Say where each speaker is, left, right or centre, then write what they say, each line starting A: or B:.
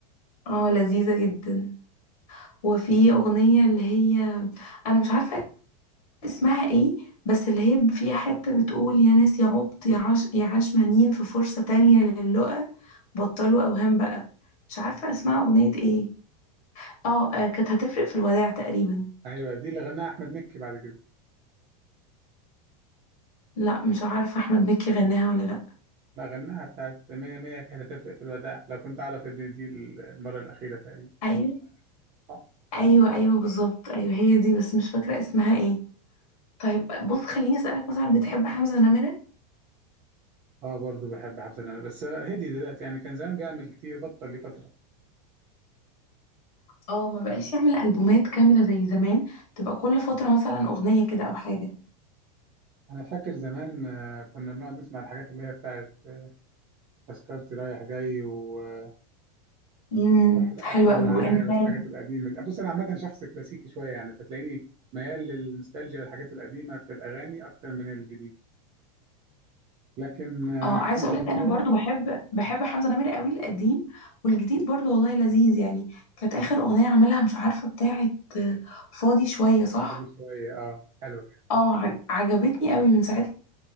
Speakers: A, on the left (about 60°); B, on the right (about 25°).
A: اه لذيذه جدا وفي اغنيه اللي هي انا مش عارفه اسمها ايه بس اللي هي فيها حتة بتقول يا ناس يا عبط يا عاش يا عشمانين في فرصة تانية للقا بطلوا أوهام بقى مش عارفة اسمها أغنية ايه اه آه، كانت هتفرق في الوداع تقريبا
B: أيوة دي اللي غناها أحمد مكي بعد كده
A: لا مش عارفة أحمد مكي غناها ولا لا
B: لا غناها بتاعت مية مية كانت هتفرق في الوداع لو كنت أعرف إن دي المرة الأخيرة تقريبا
A: أيوة
B: صح؟
A: أيوة أيوة بالظبط أيوة هي دي بس مش فاكرة اسمها ايه طيب بص خليني أسألك مثلا بتحب حمزة نمرة؟
B: اه برضو بحب حمزة نمرة بس هدي دلوقتي يعني كان زمان بيعمل كتير بطل لفترة
A: اه ما بقاش يعمل ألبومات كاملة زي زمان تبقى كل فترة مثلا أغنية كده أو حاجة
B: أنا فاكر زمان آه، كنا بنقعد نسمع الحاجات اللي هي بتاعت آه، تذكرتي رايح جاي و آه،
A: امم
B: واحلم
A: حلوة
B: أحلم
A: قوي
B: معايا
A: وإنسان
B: والحاجات القديمه دي بص انا عامه شخص كلاسيكي شويه يعني فتلاقيني ميال للنوستالجيا والحاجات القديمه في الاغاني اكتر من الجديد لكن آه،
A: اه
B: حمزه
A: عايزه اقول لك
B: ونمره
A: انا برضو بحب بحب حمزه نمرة قوي القديم والجديد برضو والله لذيذ يعني كانت اخر اغنيه عملها مش عارفه بتاعه آه، فاضي شويه صح
B: فاضي شويه اه حلو كده
A: اه ع- عجبتني قوي من ساعتها